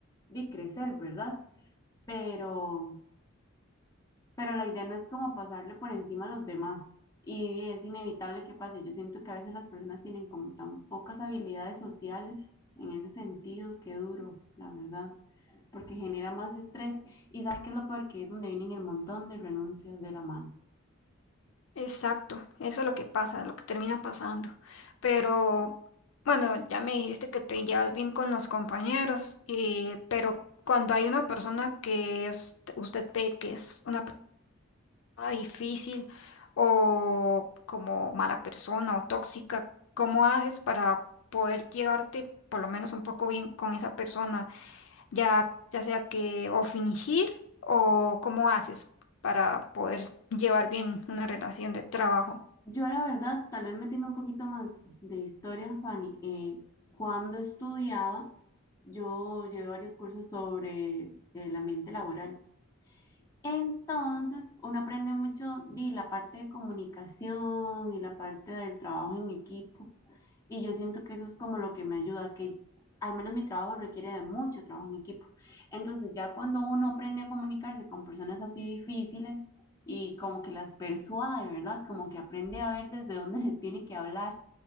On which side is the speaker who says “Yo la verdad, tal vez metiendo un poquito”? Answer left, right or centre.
Left